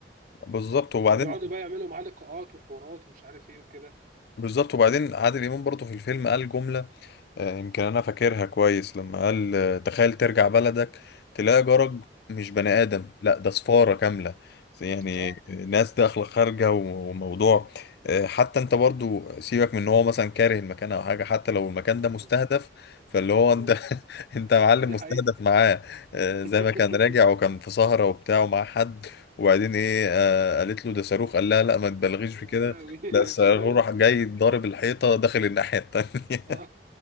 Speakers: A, on the left; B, on the right.
A: بالظبط وبعدين
B: فبيقعدوا بقى يعملوا معاه لقاءات وحوارات ومش عارف ايه وكده
A: بالظبط وبعدين عادل امام برضه في الفيلم قال جملة آه، يمكن انا فاكرها كويس لما قال آه، تخيل ترجع بلدك تلاقي جرج مش بني ادم لا ده صفارة كاملة يعني
B: اه
A: آه، ناس داخلة خارجة و- وموضوع آه، حتى انت برضو سيبك من ان هو مثلا كاره المكان او حاجة حتى لو المكان ده مستهدف
B: م-
A: فاللي هو انت
B: م.
A: <laughs> انت يا معلم
B: دي
A: مستهدف
B: حقيقه
A: معاه آه،
B: <laughs>
A: زي ما كان راجع وكان في سهرة وبتاع ومعاه حد وبعدين ايه آه، قالت له ده صاروخ قال لها لا ما تبالغيش
B: يا
A: في كده
B: لهوي
A: لا الصاروخ
B: صاروخ
A: راح جاي ضارب الحيطة داخل الناحية التانية
B: <laughs> اه